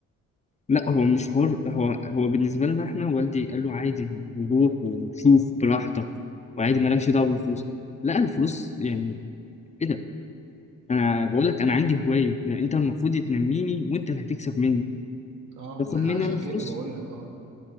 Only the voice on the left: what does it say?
لا هو مش حر هو هو بالنسبة لنا احنا والدي قال له عادي روح وشوف براحتك وعادي
مالكش دعوة بالفلوس لا الفلوس يعني ايه ده انا بقول لك انا عندي هواية ده انت المفروض تنميني وانت اللي هتكسب مني
تاخد
مني
انا فلوس